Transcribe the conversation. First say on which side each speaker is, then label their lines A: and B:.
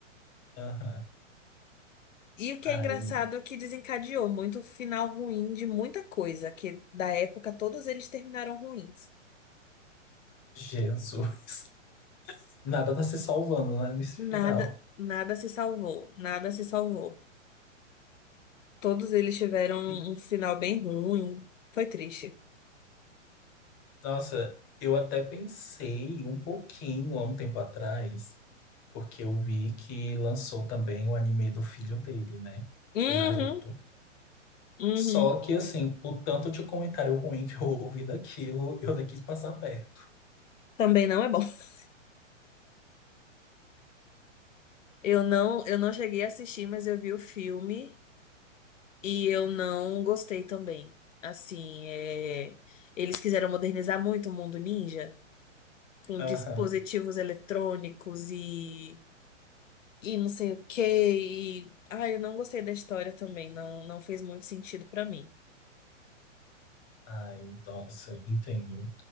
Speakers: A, on the left; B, on the left.
A: Aham.
B: E o que é
A: Ai,
B: engraçado é que desencadeou muito o final ruim de muita coisa, que da época todos eles terminaram ruins.
A: Jesus. <laughs> Nada tá se salvando, né, nesse
B: Nada,
A: final.
B: nada se salvou, nada se salvou. Todos eles tiveram
A: E,
B: um final bem ruim. Foi triste.
A: nossa, eu até pensei um pouquinho há um tempo atrás, porque eu vi que lançou também o anime do filho dele, né,
B: Uhum,
A: do Naruto.
B: uhum.
A: Só que, assim, o tanto de comentário ruim que eu ouvi daquilo, eu nem quis passar perto.
B: Também não é bom. <laughs> Eu não, eu não cheguei a assistir, mas eu vi o filme e eu não gostei também. Assim, é, eles quiseram modernizar muito o mundo ninja com
A: Aham.
B: dispositivos eletrônicos e e não sei o quê. E, ah, eu não gostei da história também. Não, não fez muito sentido pra mim.
A: Ai, nossa, entendo.